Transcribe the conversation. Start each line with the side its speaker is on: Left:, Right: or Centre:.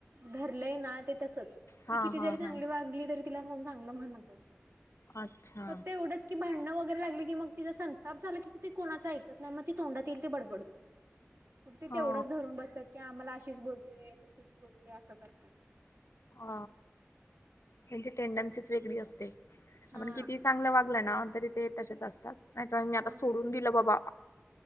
Right: धरलंय ना ते तसच.
Left: हा
Right: ती किती
Left: हा
Right: जरी चांगली
Left: हा.
Right: वागली तरी तिला कोण चांगलं म्हणतच नाही.
Left: अच्छा
Right: फक्त एवढंच की भांडणं वगैरे लागले की मग तिचा संताप झाला की ती कोणाच ऐकत नाही मग ती तोंडात येईल ते बडबडते, मग ती
Left: हा
Right: तेवढंच धरून बसतात की आम्हाला अशीच बोलते. तशीच बोलते असं करतात.
Left: अ, त्यांची टेंडन्सी वेगळी असते.
Right: हा
Left: आपण किती चांगलं वागलं ना तरी ते तसेच असतात नाही मी आता
Right: हा.
Left: सोडून दिलं बाबा.